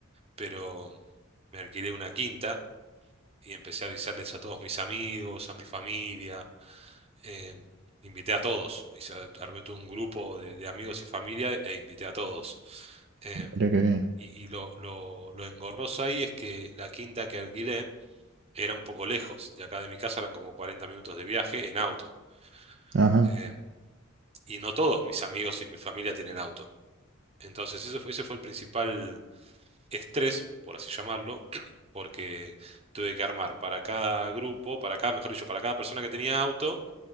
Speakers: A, on the right; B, on the right.
A: pero me alquilé una quinta y empecé a avisarles a todos mis amigos, a mi familia, em, invité a todos, hice, armé todo un grupo de, de amigos y familia e invité a todos. Em,
B: mirá qué bien.
A: y y lo, lo, lo engorroso ahí es que la quinta que alquilé era un poco lejos, de acá de mi casa eran como 40 minutos de viaje en auto.
B: Ajá.
A: Em, y no todos mis amigos y mi familia tienen auto. Entonces, ese fue, ese fue el principal estrés, por así llamarlo, <clears throat> porque tuve que armar para cada grupo, para cada, mejor dicho, para cada persona que tenía auto,